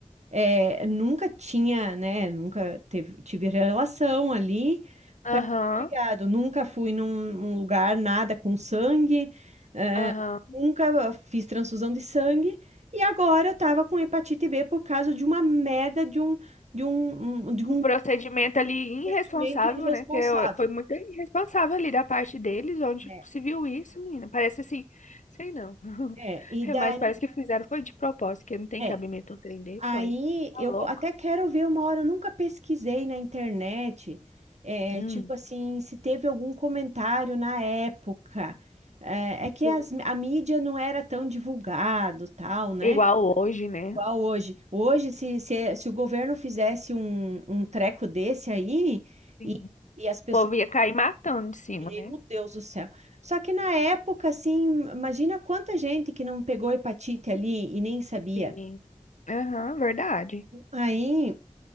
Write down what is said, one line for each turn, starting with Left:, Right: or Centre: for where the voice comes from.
Right: é, nunca tinha, né, nunca teve, tive relação ali
Left: Aham,
Right: para pegado, nunca fui num, num lugar nada com sangue, é,
Left: aham.
Right: nunca fiz transfusão de sangue, e agora eu tava com hepatite B por causa de uma merda de um, de um, um- de um
Left: um procedimento ali
Right: investimento
Left: irresponsável,
Right: irresponsável.
Left: né? Que eu- foi muito irresponsável ali da parte deles, onde
Right: É,
Left: se viu isso, menina. Parece assim, sei não. <laughs>
Right: é, e
Left: É,
Right: daí.
Left: Mas parece que fizeram foi de propósito, que não tem
Right: É,
Left: cabimento um trem desse,
Right: Aí
Left: uai. Tá
Right: eu
Left: louco?
Right: até quero ver uma hora, eu nunca pesquisei na internet, é,
Left: Hum,
Right: tipo assim, se teve algum comentário na época. É, é que
Left: sim.
Right: as- a mídia não era tão divulgado, tal, né?
Left: Igual hoje, né?
Right: Igual hoje. Hoje, se, se, se o governo fizesse um, um treco desse aí,
Left: Sim.
Right: e,
Left: O
Right: e as pessoas,
Left: povo ia cair matando de cima,
Right: meu
Left: né?
Right: Deus do céu. Só que na época, assim, imagina quanta gente que não pegou hepatite ali e nem sabia.
Left: Sim. Aham, verdade.
Right: Aí.